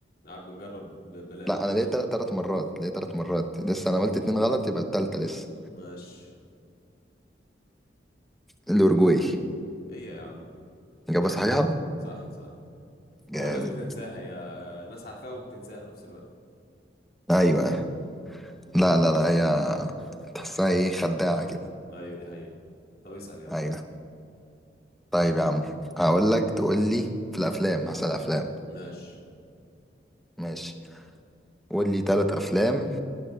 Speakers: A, on the left; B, in the centre.
A: قاعد بنجرب ب- بلاد
B: لا انا ليا ثلاث مرات ليا ثلاث مرات لسه انا قلت اتنين غلط يبقى التالتة لسه
A: ماشي
B: الاورجواي
A: هي يا عم
B: اجابة صحيحة
A: صح صح
B: جامد
A: هو الناس بتنساها يا ناس عارفاها وبتنساها في نفس الوقت
B: ايوه لا لا لا هي تحسها ايه خداعة كده
A: ايوه دي حقيقه طب اسال يا عم
B: ايوه طيب يا عم هقول لك تقول لي في الافلام هسأل افلام
A: ماشي
B: ماشي قول لي ثلاث افلام